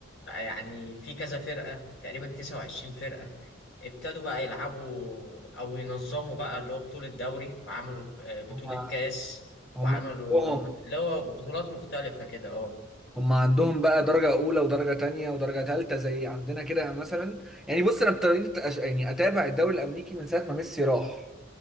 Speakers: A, on the left (about 60°); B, in the centre.
A: بقى يعني في كذا فرقة تقريبا 29 فرقة ابتدوا بقى يلعبوا أو ينظموا بقى اللي هو بطولة دوري وعملوا آه، بطولة
B: هم
A: كاس
B: هم
A: وعملوا
B: هم
A: اللي هو بطولات مختلفة كده اه
B: هم عندهم بقى درجة أولى ودرجة تانية ودرجة تالتة زي عندنا كده مثلا يعني بص أنا ابتديت أش... يعني أتابع الدوري الأمريكي من ساعة ما ميسي راح